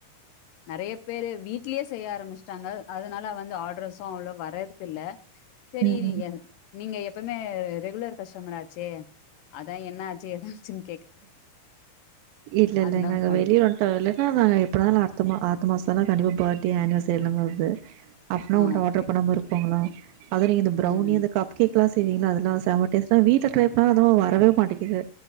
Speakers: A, on the left (about 75°); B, on the right (about 80°).
A: நெறைய பேரு வீட்லயே செய்ய ஆரம்பிச்சுட்டாங்க அதனால வந்து ஆரட்ரஸு அவ்ளோ வர்றது இல்ல செரி
B: ம் ம்
A: நீங்க நீங்க எப்பவுமே ரெகுலர் கஸ்டமர் ஆச்சே அதா என்ன ஆச்சு ஏதாச்சுனு
B: இல்ல
A: அதுதா
B: இல்ல நாங்க
A: ஃபோன்
B: வெளிய வந் டோ இல்லேன்னா நாங்க எப்பனாலு அடுத்த மா அடுத்த மாசோ கண்டிப்பா பர்த்டே அனிவசரில்லா வர்து அப்பனா
A: ஆ
B: உங்கட்ட
A: ஓகே
B: ஆட்ரு பண்ணாம இருப்பாங்களா அத நீ இந்த பிரௌனி
A: ம்
B: இந்த கப் கேக்லா செய்வீங்களா அதெல்லா செம டேஸ்டா வீட்ல ட்ரை பண்ண அதல்லா வரவே மாட்டிக்குது